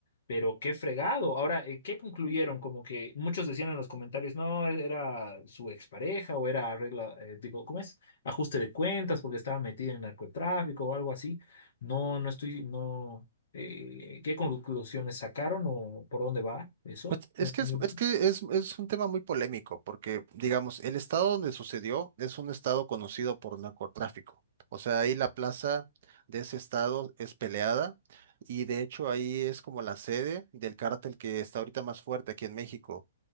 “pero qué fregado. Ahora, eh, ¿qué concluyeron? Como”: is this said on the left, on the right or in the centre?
Left